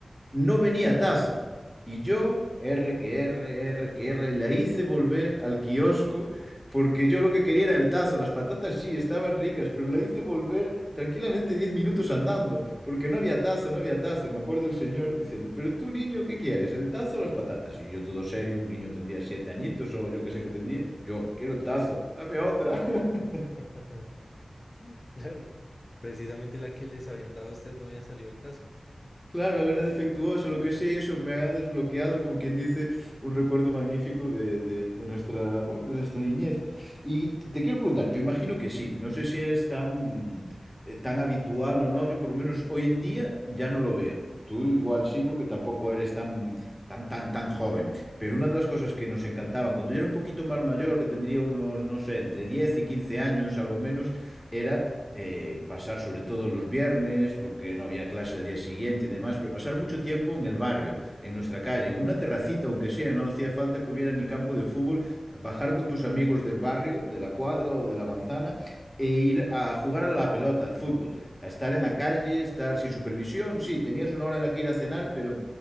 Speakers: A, in the centre; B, on the left.
A: no venía tazo. Y yo, R que R, R que R, la hice
B: <laughs>
A: volver al kiosco porque yo lo que quería era el tazo. Las patatas sí estaban ricas, pero la hice volver tranquilamente 10 minutos andando porque no había tazo, no había tazo. Y me acuerdo el señor diciendo, pero tú niño, ¿qué quieres? ¿El tazo o las patatas? Y yo todo serio, un niño tendría siete añitos o yo qué sé qué tendría. Yo, quiero el tazo, dame otra. <laughs>
B: <laughs> Claro, precisamente la que les habían dado a ustedes no había salido el tazo.
A: Claro, era defectuoso, lo que sea, y eso me ha desbloqueado, como quien dice, un recuerdo magnífico de, de- de nuestra, bueno, de nuestra niñez. Y te quiero preguntar, yo imagino que sí, no sé si es tan, eh, tan habitual o no, yo por lo menos hoy en día ya no lo veo. Tú igual sí, porque tampoco eres tan, tan, tan, tan joven. Pero una de las cosas que nos encantaban, cuando yo era un poquito más mayor, que tendría unos, no sé, entre 10 y 15 años, algo menos, era eh, pasar sobre todo los viernes, porque no había clase al día siguiente y demás, pero pasar mucho tiempo en el barrio, en nuestra calle, en una terracita, aunque sea, no hacía falta que hubiera ni campo de fútbol, bajar con tus amigos del barrio, de la cuadra o de la manzana e ir a jugar a la pelota, al fútbol, a estar en la calle, estar sin supervisión, sí, tenías una hora en la que ir a cenar, pero